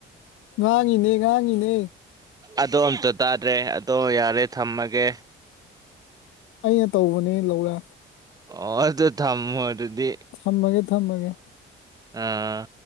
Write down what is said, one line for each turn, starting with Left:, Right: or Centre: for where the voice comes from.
Left: ꯉꯥꯡꯉꯤꯅꯦ ꯉꯥꯡꯉꯤꯅꯦ
Right: ꯑꯗꯣ ꯑꯝꯇ ꯇꯥꯗ꯭ꯔꯦ ꯑꯗꯣ ꯌꯥꯔꯦ ꯊꯝꯃꯒꯦ
Left: ꯑꯩꯅ ꯇꯧꯕꯅꯦ ꯂꯧꯔꯦ
Right: ꯑꯣ ꯑꯗꯨꯣ ꯊꯝꯃꯣꯔꯗꯤ
Left: ꯊꯝꯃꯒꯦ ꯊꯝꯃꯒꯦ
Right: ꯑꯥ